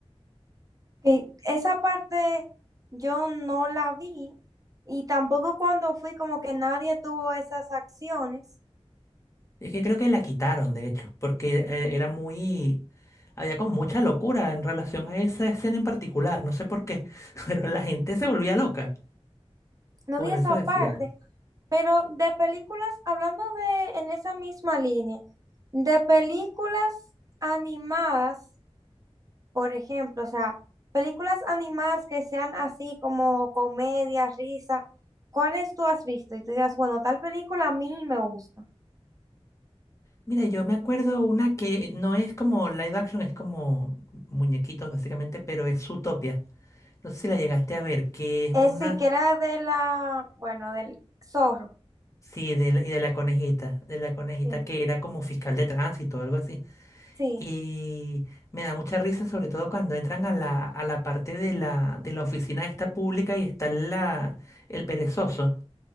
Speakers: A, on the right; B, on the left.
A: Y esa parte yo no la vi y tampoco cuando fui como que nadie tuvo esas acciones.
B: Es que creo que la quitaron, de hecho, porque eh, era muy... Había como mucha locura en relación a esa escena en particular, no sé por qué, <laughs> pero la gente se volvía loca.
A: No
B: Bueno,
A: vi esa
B: eso decían.
A: parte, pero de películas, hablando de en esa misma línea, de películas animadas, por ejemplo, o sea, películas animadas que sean así como comedia, risa, ¿cuáles tú has visto? Y tú digas, bueno, tal película a mí me gusta.
B: Mira, yo me acuerdo una que no es como live action, es como muñequitos básicamente, pero es Zootopia. No sé si la llegaste a ver, que es
A: Eh,
B: una...
A: sí, que era de la, bueno, del zorro.
B: Sí, de la, y de la conejita, de la conejita
A: Sí,
B: que era como fiscal de tránsito o algo así.
A: sí.
B: Y me da mucha risa, sobre todo cuando entran a la, a la parte de la, de la oficina esta pública y está la, el perezoso.